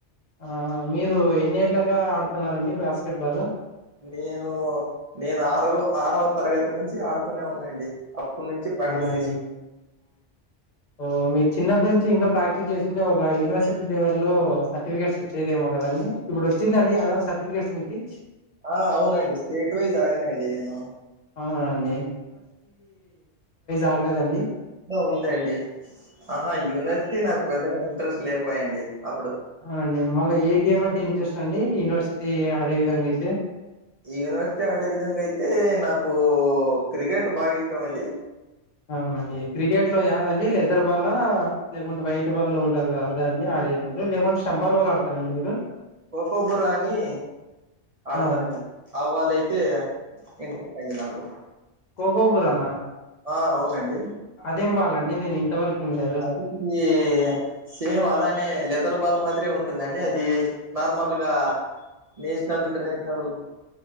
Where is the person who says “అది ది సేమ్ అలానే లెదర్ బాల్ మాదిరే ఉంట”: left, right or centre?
Right